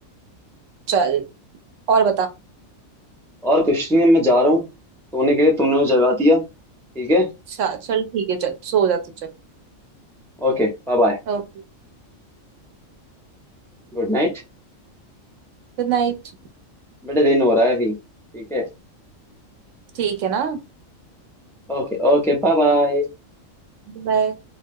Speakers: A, on the right; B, in the centre.
A: चल और बता
B: और कुछ नहीं मैं जा रहा हूँ सोने के लिए तुमने मुझे जगा दिया ठीक है
A: चल चल ठीक है चल सो जा तू चल
B: Okay bye bye
A: Okay
B: Good night
A: good night
B: बेटा दिन हो रहा है अभी ठीक है
A: ठीक है ना
B: Okay okay bye bye
A: बाय